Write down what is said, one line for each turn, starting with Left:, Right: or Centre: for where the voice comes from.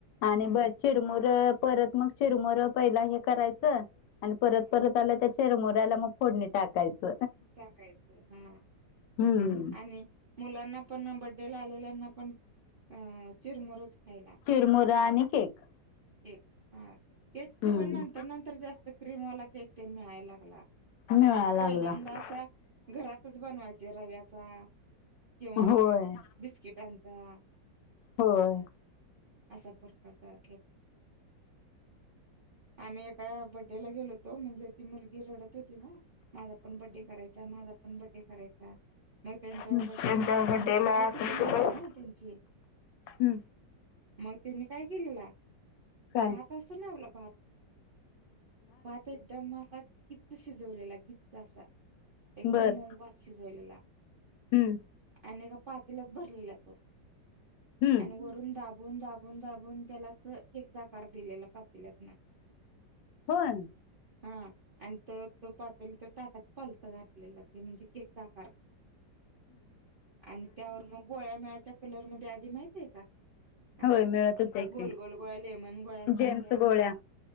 Left: आणि
Right: हा
Left: बर चिरमुर परत मग चिरमरं पहिला हे करायचं आणि परत
Right: हा
Left: परत आलं त्या चिरमऱ्याला मग फोडणी टाकायच
Right: टाकायचं हा
Left: हम्म
Right: आणि मुलांना पण बड्डे ला आलेल्यांना पण अ चिरमुरच खायला
Left: चिरमुरा आणि केक
Right: केक हा केकची
Left: हम्म
Right: पण नंतर नंतर जास्त क्रीमवाला केक ते मळायलागला
Left: मिळायला
Right: पहिल्यांदा
Left: लागला
Right: असा घरातच बनवायचे रव्याचा किंववा
Left: होय
Right: बिस्किटांचा
Left: होय
Right: असा पुरचा कसायचा आम्ही एका बड्डेला गेलो होतो म्हणजे ती मुलगी रडत होती ना माझा पण बड्डे करायचा माझा पण बड्डे करायचा मग त्यांच्या
Left: हम्म.
Right: बर्डेला
Left: त्यांच्या
Right: असं
Left: बड्डेला
Right: म्हणजे परिस्थिती
Left: तुमचे
Right: नव्हती
Left: पैसे
Right: ना त्यांची
Left: हम्म.
Right: मग त्यानी काय केलेला
Left: काय
Right: भात असतो ना आपला भात भात एकदम असा गीचच शिजवलेला गीचच असा एकदम
Left: बर
Right: मऊभात अ जल
Left: हम्म
Right: आणि का पातेलाच भरलेला तो
Left: हम्म
Right: आणि वरून दाबून दाबून दाबून त्याला अस केकचाकार दिलेला पातल्यात ना
Left: कोण
Right: हा आणि त तो पातला तर ताटात पालत गाठलेला ते म्हणजे केक साकार आणि त्यावर मग गोळ्यामेळा्याच्या कलर मध्ये आधी माहितय का अशा
Left: होय मिळत होते
Right: गोल
Left: की
Right: गोल गोळ्या लेमन गोळ्यासारख्या
Left: जेम्स गोळ्या